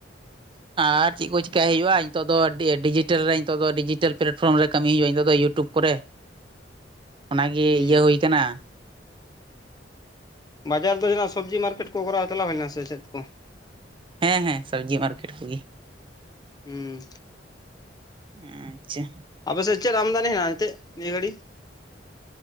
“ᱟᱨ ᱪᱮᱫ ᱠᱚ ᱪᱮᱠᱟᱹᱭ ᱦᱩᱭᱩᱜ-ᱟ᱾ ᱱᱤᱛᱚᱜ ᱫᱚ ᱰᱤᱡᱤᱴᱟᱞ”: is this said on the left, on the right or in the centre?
Right